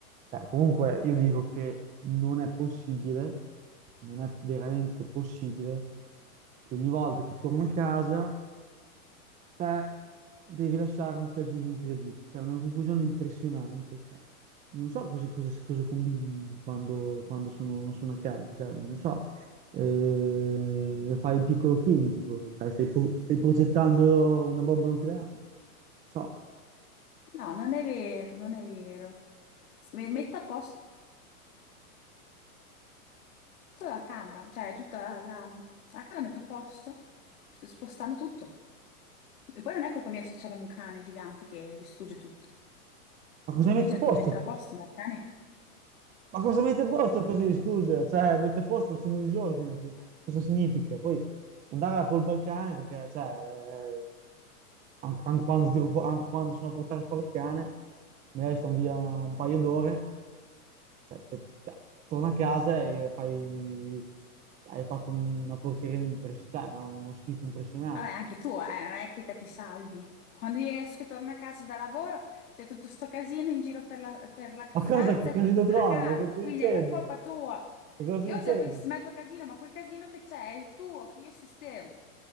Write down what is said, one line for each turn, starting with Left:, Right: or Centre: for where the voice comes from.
Right: Cioè, comunque io dico che non è possibile, non è veramente possibile che ogni volta che torno a casa te devi lasciare un casino incredibile, cioè una confusione impressionante. cioè. Non so cosa, cosa- cosa combini quando, quando sono, sono a casa, cioè, non so, Eh, fai il piccolo chimico, cioè, stai, pro- stai progettando una bomba nucleare, non so,
Left: No, non è vero, non è vero. S- me- Metto a posto la camera, cioè tutta la, la, la camera metto a posto t- spostando tutto. E poi non è colpa mia se abbiamo un cane gigante che distrugge tutto.
Right: ma cosa hai
Left: Io
Right: messo
Left: cerco
Right: a posto?
Left: di mettere a posto, ma il cane...
Right: Ma cosa mette a posto così, scusa? Cioè, mette a posto facendo disordine, co- cosa significa? Poi non dare la colpa al cane perché, cioè, eh, an- an- quando, tiro fu- an- quando sono a portare fuori il cane, magari sto via un paio d'ore, cioè, te- te- te- torna a casa e fai... cioè, hai fatto una porcheria impressionante, cioè, una- uno schifo impressionante.
Left: Vabbè, anche tu, eh, non è che te ti salvi. Quando io esco e torno a casa da lavoro, c'è tutto sto casino in giro per la, per la
Right: Ma
Left: stanza
Right: cosa che
Left: e
Right: così
Left: per tutta
Right: lo trovi?
Left: la casa,
Right: Cosa sto
Left: quindi
Right: dicendo?
Left: è colpa tua.
Right: Ma Cosa sto
Left: Io
Right: dicendo?
Left: cerco di sistemare il tuo casino, ma quel casino che c'è è il tuo, che io sistemo.